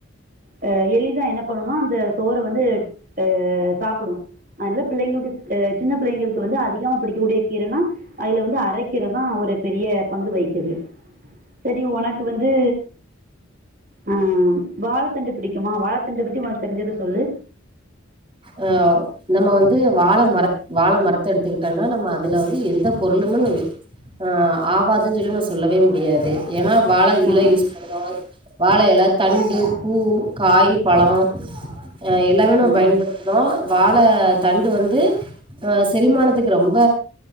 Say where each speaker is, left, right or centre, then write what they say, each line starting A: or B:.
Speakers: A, on the right; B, on the right.
A: ஆ எலிதா என்ன பண்ணுனா அந்த சோற வந்து ட்டு சாப்புடு அனால பிள்ளைங்களுக்கு சின்ன பிள்ளைங்களுக்கு வந்து அதிகமா பிடிக்கக்கூடிய கீரனா அதுல வந்து அரைக்கீரதா ஒரு பெரிய பங்கு வைக்குது செரி உனக்கு வந்து ஆ வாழைத்தண்டு பிடிக்குமா வாழைத்தண்டு பத்தி உனக்கு தெரிஞ்சத சொல்லு
B: ஆ நம்ம வந்து வாழ மரத் வாழ மரத்த எடுத்துக்கிட்டோம்னா நம்ம அதுல வந்து எந்த பொருளுமனு ஆ ஆவாதுன்னு சொல்லி நம்ம சொல்லவே முடியாது ஏன்னா வாழ இலை
A: ஆ
B: யூஸ் பண்ணுதோ வாழயில தண்டு பூ காய் பழ ஆ எல்லாமே நம்ம
A: ம்
B: பயன்படுத்த தோ வாழ தண்டு வந்து ஆ செரிமானத்துக்கு ரொம்ப